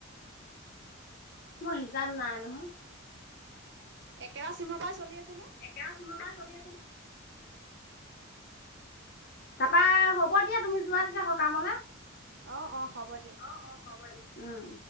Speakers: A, on the left (about 45°); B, on the right (about 55°).
A: মই হিচাপ নাই নহয়।
B: একেৰা চিমৰ পৰাই চলি আছে নে?
A: একেৰা চিমৰ পৰা চলি আছে নে? তাৰপা হ'ব দিয়া তুমি যোৱা তেতিয়া সকামলে।
B: অ অ। হ'ব দিয়ক।
A: আহ অ হব উম